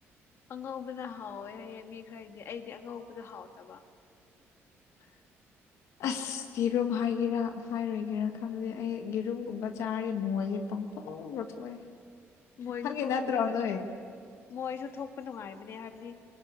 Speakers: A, on the left; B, on the left.
A: ꯑꯉꯧꯕꯅ ꯍꯥꯎꯋꯦ ꯍꯥꯏꯌꯦ ꯃꯤ ꯈꯔꯒꯤꯗꯤ ꯑꯩꯗꯤ ꯑꯉꯧꯕꯗꯣ ꯍꯥꯎꯇꯕ
B: <unintelligible> ꯑꯁ ꯌꯦꯔꯨꯝ ꯍꯥꯏꯒꯦꯔꯥ ꯍꯥꯏꯔꯣꯏꯒꯦꯔꯥ ꯈꯪꯗꯦ ꯑꯩ ꯌꯦꯔꯨꯝꯒꯨꯝꯕ ꯆꯥꯔꯦ ꯃꯣꯏꯁꯦ ꯄꯪ ꯊꯣꯛ ꯊꯣꯛꯑꯦ
A: ꯃꯣꯏꯁꯨ
B: ꯈꯪꯉꯦ
A: ꯊꯣꯛꯄꯗꯤ
B: ꯅꯠꯇ꯭ꯔꯣ ꯅꯣꯏ
A: ꯃꯣꯏꯁꯨ ꯊꯣꯛꯄ ꯅꯨꯡꯉꯥꯏꯕꯅꯦ ꯍꯥꯏꯕꯗꯤ